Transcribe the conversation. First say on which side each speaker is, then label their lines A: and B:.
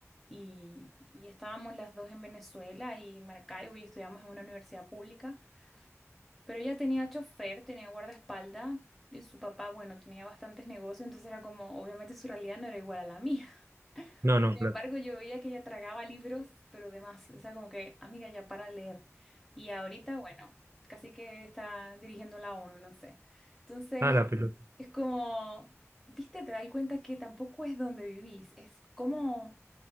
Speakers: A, in the centre; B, on the right.
A: y, y estábamos las dos en Venezuela y en Maracaibo y estudiamos en una universidad pública, pero ella tenía chofer, tenía guardaespaldas y su papá, bueno, tenía bastantes negocios, entonces era como, obviamente su realidad no era igual a la mía.
B: No, no,
A: Sin
B: claro.
A: embargo, yo veía que ella tragaba libros, pero demás. O sea, como que, amiga, ya para leer. Y ahorita, bueno, casi que está dirigiendo la ONU, no sé. Entonces,
B: Ah, la pelota.
A: es como, viste, te das cuenta que tampoco es donde vivís, es cómo,